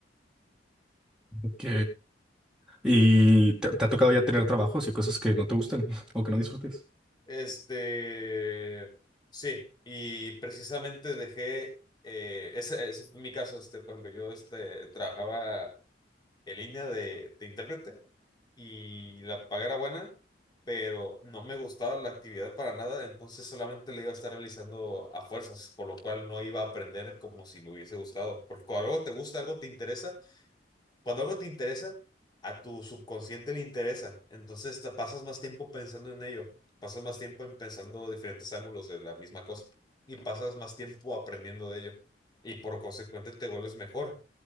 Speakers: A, in the centre; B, on the left (about 25°).
A: Ok, ¿Y te, te ha tocado ya tener trabajos y cosas que no te gusten <laughs> o que no disfrutes?
B: Este, sí, y precisamente dejé, eh, ese, ese fue mi caso, este, por ejemplo, yo este, trabajaba en línea de, de intérprete y la paga era buena, pero no me gustaba la actividad para nada, entonces solamente la iba a estar realizando a fuerzas, por lo cual no iba a aprender como si me hubiese gustado, porque cuando algo te gusta, algo te interesa cuando algo te interesa, a tu subconsciente le interesa. Entonces te pasas más tiempo pensando en ello, pasas más tiempo en pensando diferentes ángulos de la misma cosa y pasas más tiempo aprendiendo de ello. Y por consecuente te vuelves mejor.